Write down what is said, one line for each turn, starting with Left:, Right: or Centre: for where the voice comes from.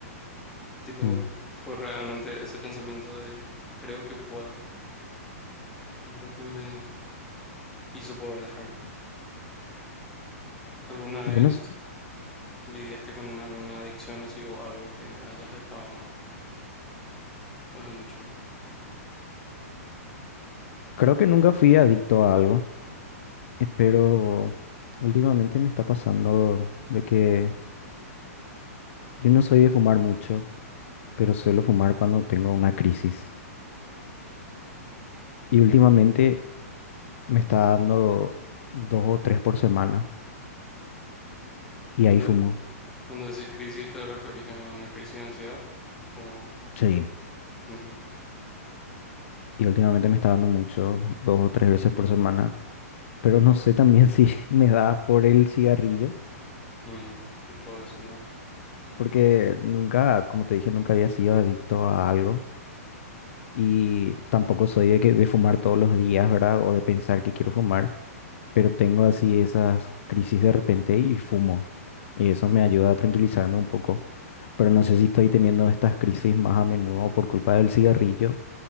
Centre: Tipo,
Left: Mm.
Centre: fue realmente ese pensamiento de creo que puedo lo que me hizo poder dejar. ¿Alguna
Left: Yo
Centre: vez
Left: no, s-
Centre: lidiaste con alguna adicción así o algo que hayas dejado después de mucho?
Left: creo que nunca fui adicto a algo, eh, pero últimamente me está pasando de que yo no soy de fumar mucho, pero suelo fumar cuando tengo una crisis. Y últimamente me está dando dos o tres por semana y
Centre: Cuando,
Left: ahí fumo.
Centre: cuando decís crisis, ¿te referís a una crisis de ansiedad? O
Left: Sí.
Centre: mm,
Left: Y últimamente me está dando mucho, dos o tres veces por semana. pero no sé también si <laughs> me da por el cigarrillo,
Centre: mm, puede ser también.
Left: porque nunca, como te dije, nunca había sido adicto a algo y tampoco soy de, que, de fumar todos los días, ¿verdad? O de pensar que quiero fumar, pero tengo así esas crisis de repente y fumo. Y eso me ayuda a tranquilizarme un poco, pero no sé si estoy teniendo estas crisis más a menudo por culpa del cigarrillo